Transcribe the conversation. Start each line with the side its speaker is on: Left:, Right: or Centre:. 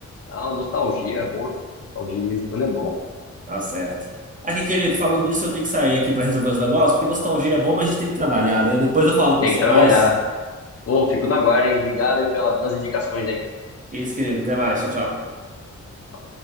Left: Ah, nostalgia, é bom. Nostalgia de vez em quando é bom.
Right: Tá certo. Aqui, querido, falando isso, eu tenho que sair aqui pra resolver os negócios, porque nostalgia é bom, mas a gente tem que trabalhar, né? Depois eu falo com você
Left: Tem que trabalhar.
Right: mais.
Left: Ô, fico na guarda, hein? Obrigado aí pela, pelas indicações aí.
Right: É isso, querido, até mais, tchau, tchau.
Left: Tchau.